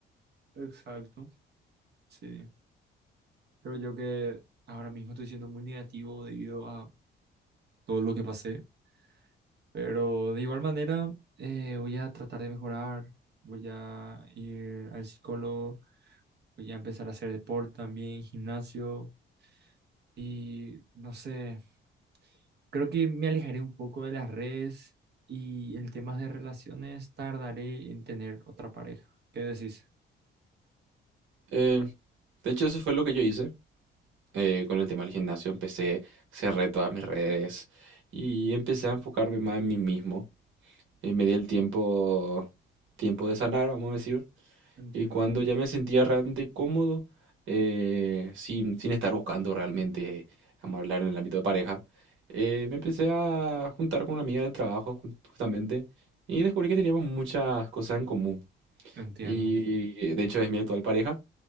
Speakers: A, on the right; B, on the right.
A: Exacto, sí. Creo yo que ahora mismo estoy siendo muy negativo debido a todo lo que pasé Pero de igual manera, eh, voy a tratar de mejorar, voy a ir al psicólogo, voy a empezar a hacer deporte también, gimnasio y no sé, creo que me alejaré un poco de las redes y en temas de relaciones tardaré en tener otra pareja. ¿Qué decís?
B: Eh, de hecho, eso fue lo que yo hice eh, con el tema del gimnasio. Empecé, cerré todas mis redes y empecé a enfocarme más en mí mismo. Y me di el tiempo, tiempo de sanar, vamos a decir.
A: Entiendo.
B: Y cuando ya me sentía realmente cómodo, eh, sin, sin estar buscando realmente, vamos a hablar en el ámbito de pareja, eh, me empecé a juntar con una amiga del trabajo ju- justamente y descubrí que teníamos muchas cosas en común.
A: Entiendo.
B: Y eh, de hecho es mi actual pareja.